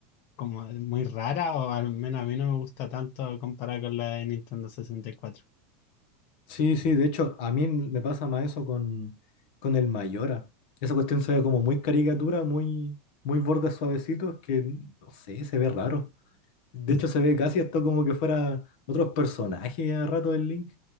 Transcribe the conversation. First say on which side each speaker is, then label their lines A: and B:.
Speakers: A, on the left; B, on the left.
A: como muy rara o al menos a mí no me gusta tanto comparada con la de Nintendo 64.
B: Sí, sí, de hecho, a mí me pasa más eso con, con el Mayora. Esa cuestión se ve como muy caricatura, muy, muy bordes suavecitos, que no sé, se ve raro. De
A: <laughs>
B: hecho, se ve casi esto como que fuera otros personajes a rato del Link.